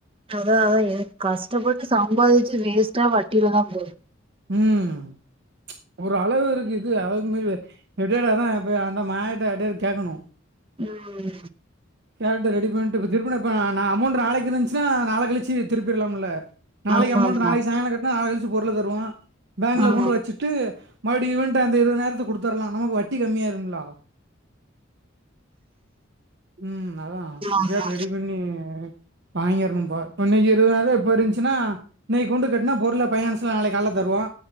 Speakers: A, on the right; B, on the right.
A: அதா அதா எ கஷ்டப்பட்டு சம்பாதிச்சு வேஸ்ட்டா வட்டியில தா போது
B: ம்ம்ம் ஒரு அளவு இருக்கு இது அதுக்கு மீறி ரிடையர்ட் ஆனா போய் அந்த மேடத்துகிட்ட யாருகிட்ட யாவுது கேட்கணு
A: ம்ம்ம்
B: கேரட் ரெடி பண்ணிட்டு இப்ப திருப்பண்ண இப்ப நா அமௌண்ட நாளைக்கு இருந்துச்சுன்னா நாளா கழிச்சு திருப்பிடலாம்ல நாளைக்கு
A: ஆமா
B: அமௌண்ட்
A: ஆமா
B: நாளைக்கு சாயங்கால காட்டுன்னா நாளா கழிச்சி பொருள தருவா பேங்கல
A: ஆ ஆமா
B: கொண்டு வச்சிட்டு ட்டு மறுபடி ஈவெண்ட்ட அந்த இருபது நாயிரத்தை கொடுத்துரலா நமக்கு வட்டி கம்மியாயிரும்ல ம் அதா எப்டியாவது
A: ஆமா
B: ரெடி பண்ணி வாங்கிரணும்ப்பா இப்ப இன்னிக்கி இருபதுாயிர இப்ப இருந்துச்சுன்னா இன்னிக்கு கொண்டு கட்டுனா பொருள பைனான்ஸ்ல நாளைக்கு கால்ல தருவா